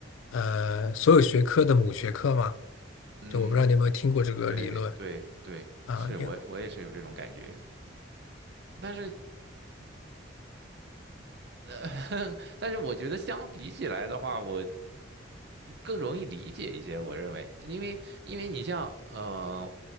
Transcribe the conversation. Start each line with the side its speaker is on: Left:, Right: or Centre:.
Left: 呃，所有学科的母学科嘛。
Right: 嗯，
Left: 就我不知道你有没有听过这个理论
Right: 对对对，
Left: 啊？
Right: 是我我也是有这种感觉，
Left: 有，
Right: 但是呃，<laughs> 但是我觉得相比起来的话，我更容易理解一些。我认为，因为因为你像呃，